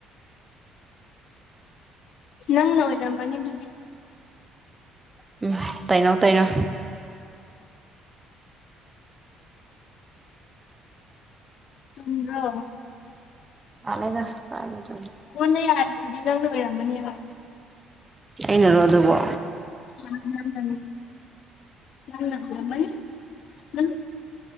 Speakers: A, on the left (about 65°); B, on the right (about 20°).
A: ꯅꯪ ꯅꯧ ꯅ ꯃꯅꯤꯗꯨꯗꯤ
B: ꯎꯝ ꯇꯩꯅꯧ ꯇꯩꯅꯣ
A: ꯆꯨꯝꯗ꯭ꯔ
B: ꯅꯂꯦ ꯑꯗꯨ ꯍꯥꯏ
A: ꯍꯟꯅ ꯌꯥꯔꯤꯁꯤꯗꯤ ꯅꯪꯅ ꯑꯣꯏꯔꯝꯃꯅꯦꯕ
B: ꯑꯩꯅꯔꯣ ꯑꯗꯨꯕ
A: ꯑꯝ ꯊꯅꯤ ꯅ